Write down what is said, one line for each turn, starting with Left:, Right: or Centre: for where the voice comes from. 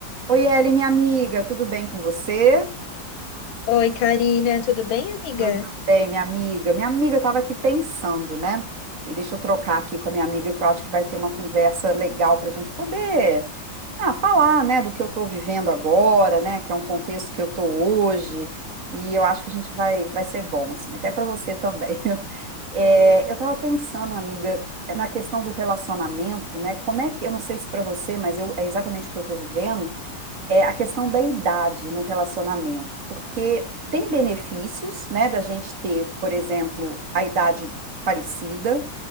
Right: Oi, Eli, minha amiga, tudo bem com você?
Left: Oi, Karina, tudo bem, amiga?
Right: Tudo bem, minha amiga. Minha amiga, eu estava aqui pensando, né? E deixa eu trocar aqui com a minha amiga, que eu acho que vai ter uma conversa legal para a gente poder ah, falar, né, do que eu estou vivendo agora, né, que é um contexto que eu estou hoje. E eu acho que a gente vai, vai ser bom, assim, até para você também. <laughs> É, eu estava pensando, amiga, na questão do relacionamento, né? Como é que, eu não sei se para você, mas eu, é exatamente o que eu estou vivendo. é a questão da idade no relacionamento, porque tem benefícios, né, da gente ter, por exemplo, a idade parecida,